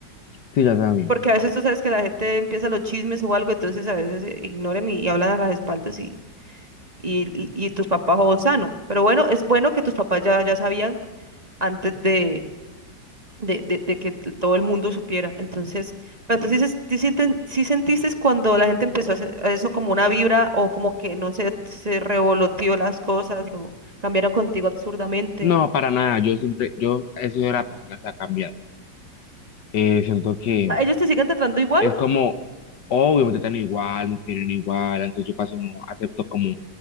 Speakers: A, on the left; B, on the right.
A: Sí, ya saben.
B: Porque a veces tú sabes que la gente empieza los chismes o algo, entonces a veces eh, ignoran y, y hablan a las espaldas y, y, y- y tus papás o sano. Pero bueno, es bueno que tus papás ya, ya sabían antes de, de, de- de que t- todo el mundo supiera. Entonces, pero entonces dices, ¿sí, sienten- sí sentiste cuando la gente empezó a hacer a eso como una vibra o como que no sé, se revoloteó las cosas o cambiaron contigo absurdamente?
A: No, para nada, yo siempre, yo he sido la persona que ha cambiado. Eh, siento que
B: O sea, ¿Ellos te siguen tratando igual?
A: es como, obvio, me tratan igual, me quieren igual, antes yo casi no acepto como